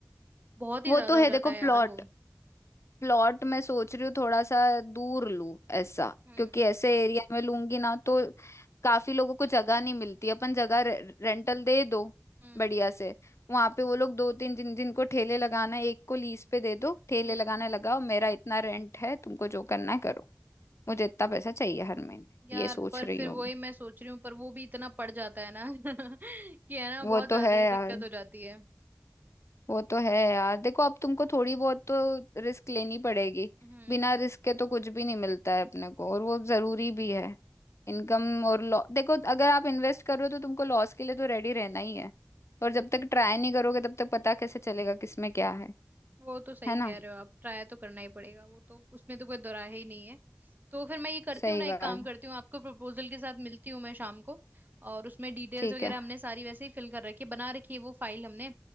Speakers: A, on the right; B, on the left.
A: बहुत ही
B: वो
A: ज्यादा
B: तो है
A: हो जाता
B: देखो
A: है
B: प्लॉट
A: यार वो
B: प्लॉट मैं सोच रही हूँ थोड़ा सा दूर लूँ ऐसा
A: हम्म
B: क्योंकि ऐसे एरिया में लूंगी ना तो काफी लोगों को जगह नहीं मिलती अपन जगह रे, रेंटल दे दो
A: हम्म
B: बढ़िया से वहां पे वो लोग दो तीन जिन जिनको ठेले लगाना है एक को लीज पे दे दो ठेले
A: हम्म
B: लगाने लगाओ मेरा इतना रेंट है तुमको जो करना है करो मुझे इतना पैसा चाहिए हर महीने
A: यार
B: ये सोच
A: पर
B: रही
A: फिर
B: हूँ
A: वही मैं सोच रही हूँ पर वो भी इतना पड़ जाता है ना <laughs> कि है ना
B: वो
A: बहुत ज्यादा
B: तो है
A: ही
B: यार
A: दिक्कत हो जाती है
B: वो तो है यार देखो अब तुमको थोड़ी बहुत तो रिस्क लेनी पड़ेगी
A: हम्म
B: बिना रिस्क के तो कुछ भी नहीं मिलता है अपने को और वो जरूरी भी है इनकम और लॉ देखो अगर आप इन्वेस्ट कर रहे हो तो तुमको लॉस के लिए तो रेडी रहना ही है और जब तक ट्राई नहीं करोगे तब तक पता कैसे चलेगा किसमें क्या है
A: वो तो सही
B: है ना
A: कह रहे हो आप ट्राई तो करना ही पड़ेगा वो तो उसमें तो कोई दो राय ही नहीं है तो फिर मैं ये करती
B: सही
A: हूँ ना
B: बात
A: एक काम करती हूँ आपको प्रपोजल के साथ मिलती हूँ मैं शाम को और उसमें डिटेल्स
B: ठीक
A: वगैरह
B: है
A: हमने सारी वैसे ही फिल कर रखी है बना रखी है वो फाइल हमने